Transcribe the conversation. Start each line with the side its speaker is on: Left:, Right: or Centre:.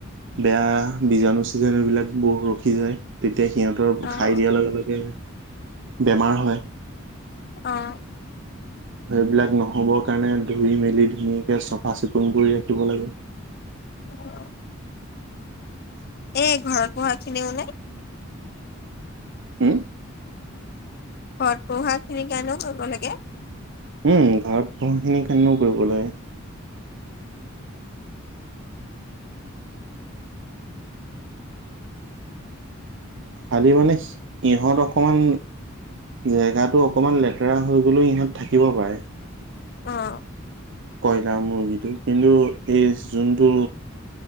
Right: বেয়া বীজাণু ছিজানু বিলাক বহু ৰখি যায়, তেতিয়া সিহঁতৰ
Left: অ'
Right: খাই দিয়াৰ লগে, লগে বেমাৰ হয়।
Left: অ'।
Right: সেইবিলাক নহ'বৰ কাৰণে ধুই, মেলি ধুনীয়াকে চফা চিকুণ কৰি ৰাখিব লাগে।
Left: <unintelligible> এ, ঘৰত <unintelligible> খিনিও নে?
Right: হম
Left: ঘৰত পোহাখিনিৰ কাৰণেও কৰিব লাগে।
Right: উম, ঘৰত পোহাখিনিৰ কাৰণেও কৰিব লাগে। খালি মানে ইহঁত অকমান জেগাত টো, অকনমান লেতেৰা হৈ গ'লেও ইহঁত থাকিব পাৰে।
Left: অ'।
Right: কয়লাৰ মুৰ্গীটো, কিন্তু এই যোনটো